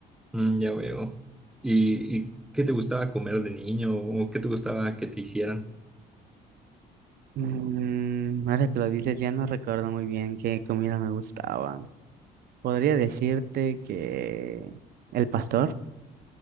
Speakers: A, in the centre; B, on the right.
A: Mm, ya veo. ¿Y, y qué te gustaba comer de niño o qué te gustaba que te hicieran?
B: Mm, ahora que lo dices, ya no recuerdo muy bien qué comida me gustaba. Podría decirte que el pastor.